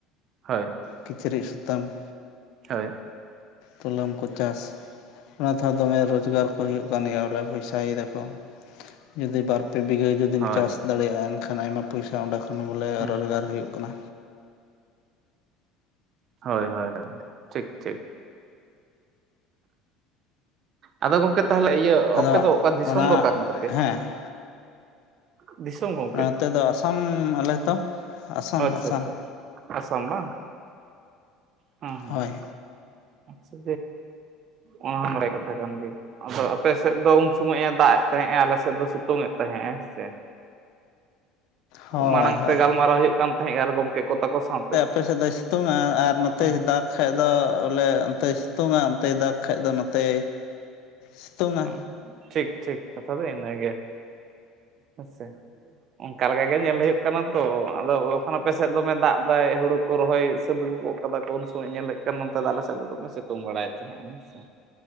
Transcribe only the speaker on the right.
ᱦᱳᱭ
ᱦᱳᱭ
ᱦᱳᱭ
ᱦᱳᱭ
ᱦᱩᱸ
ᱦᱳᱭ ᱦᱳᱭ ᱦᱳ ᱴᱷᱤᱠ ᱴᱷᱤᱠ ᱟᱫᱚ ᱜᱚᱝᱠᱮ ᱛᱟᱦᱚᱞᱮ ᱤᱭᱟᱹ
ᱟᱯᱮ ᱫᱚ ᱚᱠᱟ ᱫᱤᱥᱚᱢ
ᱫᱚ ᱚᱠᱟ ᱨᱮ ᱛᱟᱯᱮᱭᱟ
ᱫᱤᱥᱚᱢ ᱦᱚᱸ
ᱟᱪᱪᱷᱟ
ᱟᱪᱪᱷᱟ ᱟᱥᱟᱢ ᱵᱟᱝ ᱦᱩᱸ
ᱟᱪᱪᱷᱟ ᱚᱱᱟ ᱦᱚᱸ ᱵᱟᱲᱟᱭ ᱠᱟᱛᱷᱟ ᱠᱟᱱ ᱜᱮ ᱟᱫᱚ ᱟᱯᱮ ᱥᱮᱫ ᱫᱚ ᱩᱱ ᱥᱚᱢᱚᱭᱮ ᱫᱟᱜ ᱮᱫ ᱛᱟᱦᱮᱸᱼᱟ ᱟᱞᱮ ᱥᱮᱫ ᱫᱚ ᱥᱮ ᱥᱤᱩᱛᱳᱝ ᱮᱫ ᱛᱟᱦᱮᱸᱜ ᱟᱭ ᱦᱮᱸ ᱥᱮ᱾
ᱢᱟᱲᱟᱝ
ᱛᱮ ᱜᱟᱞᱢᱟᱨᱟᱣ ᱦᱩᱭᱩᱜ ᱠᱟᱱ ᱛᱟᱦᱮᱸᱜ ᱟᱨ ᱜᱚᱝᱠᱮ ᱠᱚ ᱛᱟᱠᱚ ᱥᱟᱶᱛᱮ
ᱦᱮᱸ
ᱦᱮᱸ᱾ ᱴᱷᱤᱠ ᱴᱷᱤᱠ ᱠᱟᱛᱷᱟ ᱫᱚ ᱤᱱᱟᱹᱜᱮ᱾ ᱦᱮᱸ ᱥᱮ ᱚᱱᱠᱟ ᱞᱮᱠᱟ ᱜᱮ ᱧᱮᱞ ᱦᱩᱭᱩᱜ ᱠᱟᱱᱟ ᱛᱚ, ᱟᱫᱚ ᱡᱚᱠᱷᱚᱱ ᱟᱯᱮᱥᱮᱫ ᱫᱚᱢᱮ ᱫᱟᱜ ᱫᱟᱭ ᱦᱩᱲᱩᱼᱼ ᱠᱚ ᱨᱚᱦᱚᱭ ᱥᱟ. ᱫ ᱟᱹᱜᱩ ᱜᱚᱫ ᱠᱟᱫᱟ ᱠᱚ ᱩᱱ ᱥᱚᱢᱚᱭ ᱧᱮᱞᱮᱫ ᱠᱟᱱᱟ ᱱᱚᱱᱛᱮ ᱫᱚ ᱟᱞᱮ ᱥᱮᱫ ᱫᱚ ᱫᱚᱢᱮ ᱥᱤᱛᱳᱝ ᱵᱟᱲᱟᱭᱮᱫ ᱛᱟᱦᱮᱸᱱ ᱟᱭ᱾ ᱟᱪᱪᱷᱟ᱾